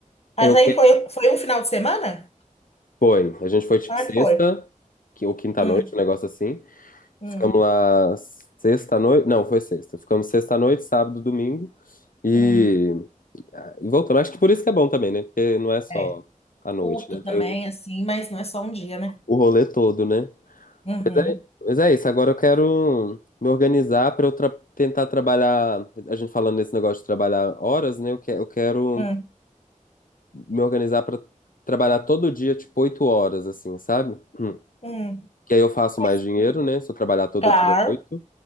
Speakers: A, on the left; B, on the left.
A: Mas
B: eu
A: aí
B: que
A: foi, foi um final de semana?
B: foi? A gente foi tipo
A: Ah,
B: sexta,
A: foi.
B: que ou quinta
A: Hum,
B: noite, um negócio assim.
A: hum,
B: Ficamos lá sexta noite, não, foi sexta. Ficamos sexta noite, sábado, domingo e
A: hum.
B: e voltamos. Acho que por isso que é bom também, né? Porque não é só
A: É,
B: a noite,
A: curto
B: né? Tem
A: também, assim, mas não é só um dia, né?
B: o rolê todo, né?
A: Uhum,
B: Mas é, mas é isso. Agora eu quero me organizar pra eu tra- tentar trabalhar. A gente falando nesse negócio de trabalhar horas, né? Eu que- eu quero
A: hum,
B: me organizar pra trabalhar todo dia, tipo, oito horas, assim, sabe? Hum.
A: hum,
B: Que aí eu faço mais dinheiro,
A: hum.
B: né? Se eu trabalhar todo
A: Claro,
B: dia oito.